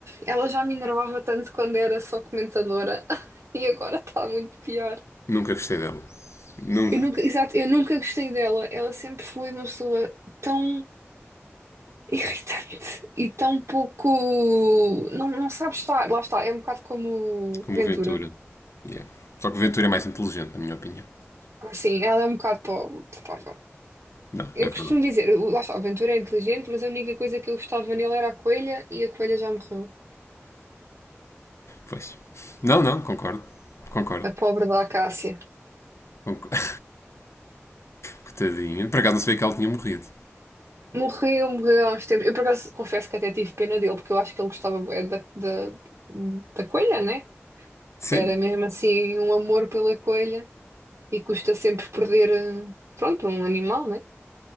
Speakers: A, on the right; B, on the left.
A: ela já me enervava tanto quando era só comentadora <laughs> e agora está muito pior.
B: Nunca gostei dela. Nunca.
A: Eu nunca, exato, eu nunca gostei dela. Ela sempre foi uma pessoa tão irritante <laughs> e tão pouco. Não, não sabe estar. Lá está, é um bocado como o
B: Como
A: Ventura.
B: o Ventura. Yeah. Só que o Ventura é mais inteligente, na minha opinião.
A: Ah, Sim, ela é um bocado pó- pó- pó.
B: Não,
A: Eu
B: é verdade.
A: costumo dizer, o- lá está, o Ventura é inteligente, mas a única coisa que eu gostava nele era a coelha e a coelha já morreu.
B: Pois. Não, não, concordo. Concordo.
A: A pobre da Acácia.
B: Concordo. Que tadinha. Por acaso não sabia que ela tinha morrido.
A: Morreu, morreu há uns tempos. Eu, por acaso, confesso que até tive pena dele, porque eu acho que ele gostava bué da, da, da coelha, né?
B: Sim.
A: Era mesmo assim um amor pela coelha e custa sempre perder, eh, pronto, um animal, né?